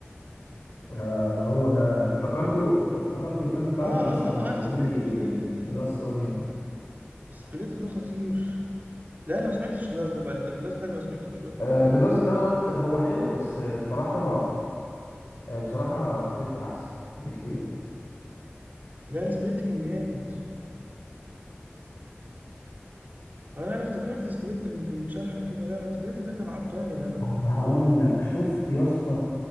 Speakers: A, on the left; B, on the right.
A: آه هو ده افتكرته افتكرت الفيلم بتاع
B: اه اه
A: جلاس لما
B: اه
A: قلت
B: انا سمعت
A: لي
B: الفيلم ده
A: جلاس اونيون
B: سبليت ده خطير لا انا ما سمعتش جلاس ده بقى انت الجلاس ده انا ما سمعتوش بقى
A: آه، جلاس دوت هو حلو بس آه، بصراحة آه، بصراحة سبليت أحسن بكتير
B: لا سبليت كان جامد اه انا افتكرت سبليت ممكن شرحك كده لا لا سبليت ده كان عبقري يا جدع
A: طب هقول لك شفت يا اسطى